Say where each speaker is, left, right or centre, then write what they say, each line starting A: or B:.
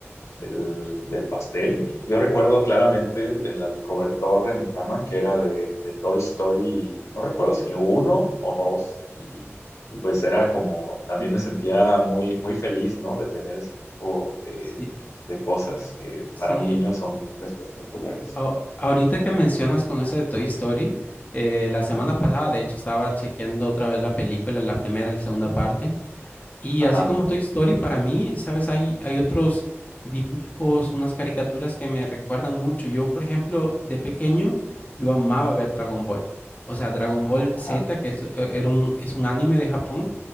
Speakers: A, on the left (about 80°); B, on the left (about 30°).
A: del, del pastel. Yo recuerdo claramente el, el- el cobertor de mi cama que era de, de Toy Story, no recuerdo si uno o dos, y, y pues era como, también
B: Sí.
A: me sentía muy, muy feliz, ¿no? De tener ese tipo de,
B: Sí,
A: de cosas que
B: sí.
A: para un niño son espectaculares.
B: Au- ahorita que mencionas
A: Ujú.
B: con eso de Toy Story, eh, la
A: Ajá,
B: semana pasada, de hecho, estaba chequeando otra vez la película, la primera y la segunda parte. Y
A: ajá,
B: así como Toy Story, para mí, ¿sabes? Hay, hay otros dibujos, unas caricaturas que me recuerdan mucho. Yo, por ejemplo, de pequeño, yo amaba ver Dragon Ball. O sea, Dragon Ball
A: ajá.
B: Z, que es, e- era un, es un anime de Japón.